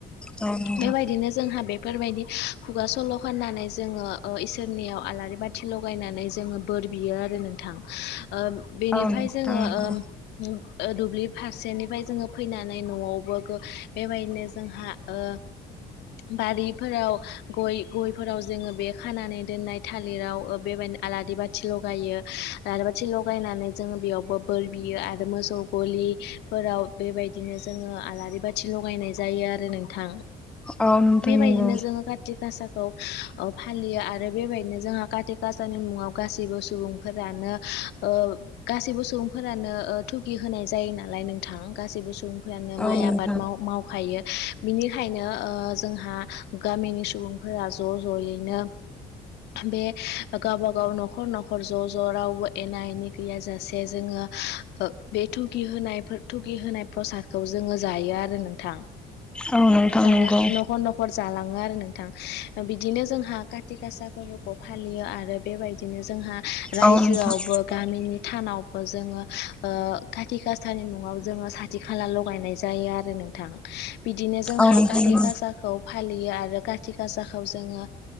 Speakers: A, in the centre; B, on the left (about 80°).
A: औ नोंथां
B: बेबायदिनो जोंहा बेफोरबायदि खुगा सल' होननानै जोङो इसोरनियाव आलारि बाथि लगायनानै जोङो बोर बियो आरो नोंथां ओ बेनिफ्राय
A: औ नोंथां
B: जोङो
A: नंगौ
B: ओम ओ दुब्लि फारसेनिफ्राय जोङो फैनानै न'आव बोगो बेबायदिनो जोंहा ओ बारिफोराव गय गयफोराव जोङो बे खानानै दोननाय थालिराव ओ बेबायदि आलारि बाथि लगायो आलारि बाथि लगायनानै जोङो बेयावबो बोर बियो आरो मोसौ गलि दुब्लिफोराव बेबायदिनो जोङो आलारि बाथि लगायनाय जायो आरो नोंथां
A: औ नोंथां
B: बेबायदिनो
A: नंगौ
B: जोङो काति गासा खौ ओ फालियो आरो बेबायदिनो जोंहा खाति गासानि मुङाव गासैबो सुबुंफोरानो ओ गासैबो सुबुंफोरानो ओ थुगि होनाय जायो नालाय नोंथां गासैबो सुबुंफोरा नो
A: औ
B: माइ
A: नोंथां
B: आबाद माव-मावखायो बिनिखायनो ओ जोंहा गामिनि सुबुंफोरा ज' ज'यैनो बे गावबा गाव न'खर न'खर ज' ज' रावबो एना एनि गैयाजासे जोङो ओ बे थुगि होनायफोर थुगिहोनाय प्रसाद खौ जोङो जायो आरो नोंथां
A: औ नोंथां
B: जानो
A: नंगौ
B: नखर नखर जालां ओ आरो नोंथां बिदिनो जोंहा काटि गासा फोरबोखौ फालियो आरो बेबायदिनो जोंहा रायजोआवबो
A: औ नोंथां
B: गामिनि थानावबो जोङो ओ खाथि गासानि मुङाव जोङो साथिखौ खाला लागायनाय जायो आरो नोंथां बिदिनो जोंहा
A: औ नोंथां
B: खाटि
A: नंगौ
B: गासाखौ फालियो आरो खाथि गासाखौ जोङो